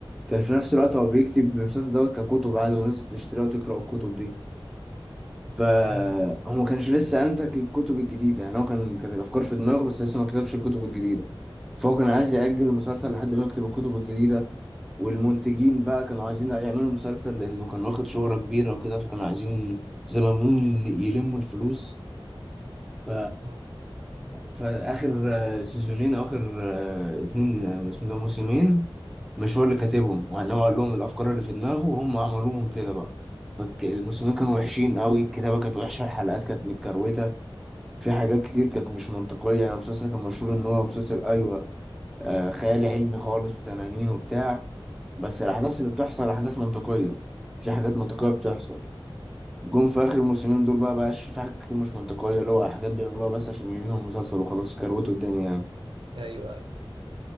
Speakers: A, in the centre; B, on the right.
A: كان في نفس الوقت هو بيكتب المسلسل دوت ككتب عادي والناس بتشتريها وتقرا الكتب دي فهو
B: امم
A: ما كانش لسه انتج الكتب الجديده يعني هو كان كانت الافكار في دماغه بس لسه ما كتبش الكتب الجديده فهو كان عايز يأجل المسلسل لحد ما يكتب الكتب الجديدة والمنتجين بقى كانوا عايزين يعملوا المسلسل لأنه كان واخد شهرة كبيرة وكده فكانوا عايزين زي ما بنقول يلموا الفلوس ف...
B: امم
A: فآخر آه، سيزونين أو آخر آه، اتنين آه، اسمه ده موسمين مش هو اللي كاتبهم وإنما هو قال لهم الأفكار اللي في دماغه وهم عملوهم كده بقى فالموسمين كانوا وحشين قوي الكتابة كانت وحشة الحلقات كانت متكروتة في حاجات كتير كانت مش منطقية يعني المسلسل كان مشهور إن هو مسلسل أيوة آه، خيال علمي خالص وتنانين وبتاع بس الأحداث اللي بتحصل أحداث منطقية في حاجات منطقية بتحصل جم في آخر الموسمين دول بقى بقاش في حاجات كتير مش منطقية اللي هو أحداث بيعملوها بس عشان ينهوا المسلسل وخلاص يكروتوا الدنيا يعني
B: ايوه ايوه